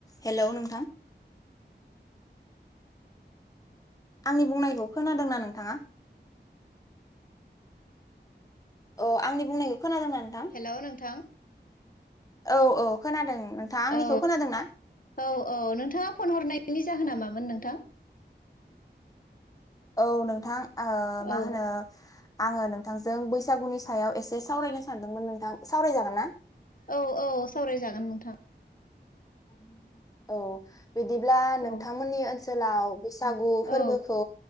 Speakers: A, on the left; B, on the left.
A: Hello नोंथां आंनि बुंनायखौ खोनादोंना नोंथाङा औ आंनि बुंनाय खोनादोंना नोथां
B: हेलौ नोंथां
A: औ औ खोनादों नोंथाङा आंनिखौ
B: औ
A: खोनादोंना
B: औ औ नोंथाङा फन हरनाय बिनि जाहोना मामोन नोंथां
A: औ नो थां ओ मा
B: औ
A: होनो आंङो नोंथांजों बैसागुनि सायाव एसे सावरायनो सानदोंमोन नोंथां सावरायजागोन ना
B: औ औ सावरायजागोन नोंथां
A: औ बिदिब्ला नोंथांमोननि
B: औ
A: ओ सोलाव बैसागु फोरबोखौ
B: औ